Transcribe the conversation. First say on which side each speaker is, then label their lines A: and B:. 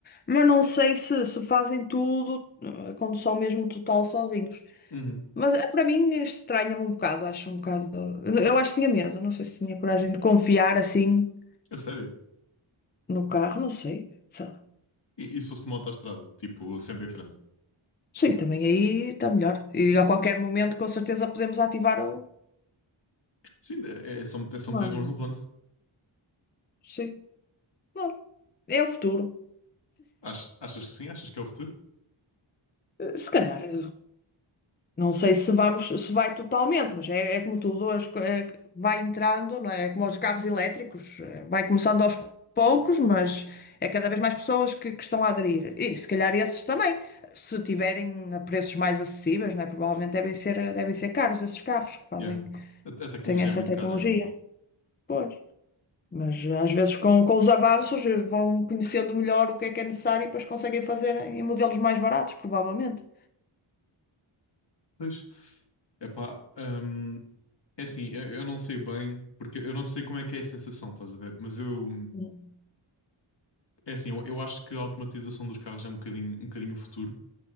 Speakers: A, on the left; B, on the left.
A: mas não sei se, se fazem tudo eh, a condução mesmo total sozinhos
B: uhum.
A: mas eh, para mim estranha-me um bocado acho um bocado eu eu acho que tinha medo não sei se tinha coragem de confiar assim
B: É sério.
A: no carro não sei sei lá.
B: E, e se fosse uma autoestrada, tipo, sempre em frente.
A: sim também aí está melhor e a qualquer momento com certeza podemos ativar o
B: Sim, é, é é só, meter- é só
A: comando
B: meter as mãos
A: não
B: no volante.
A: é? sim claro. é o futuro
B: Ach- achas que sim? Achas que é o futuro?
A: Eh, se calhar eh, Não sei se vamos, se vai totalmente, mas é, é como tudo, as co- é que vai entrando, não é? É como os carros elétricos, eh, vai começando aos poucos, mas é cada vez mais pessoas que, que estão a aderir. E se calhar esses também, se tiverem a preços mais acessíveis, não é? Provavelmente devem ser, devem ser caros esses carros que fazem,
B: Yeah.
A: que
B: A, a tecnologia
A: têm essa
B: é muito
A: tecnologia.
B: cara ainda.
A: Pois. Mas às vezes com, com os avanços eh, vão conhecendo melhor o que é que é necessário e depois conseguem fazer em modelos mais baratos, provavelmente.
B: Pois. Epá, hum, é assim, eu, eu não sei bem, porque eu não sei como é que é a sensação, estás a ver? Mas eu,
A: Hum.
B: é assim, eu, eu acho que a automatização dos carros é um bocadinho, um bocadinho o futuro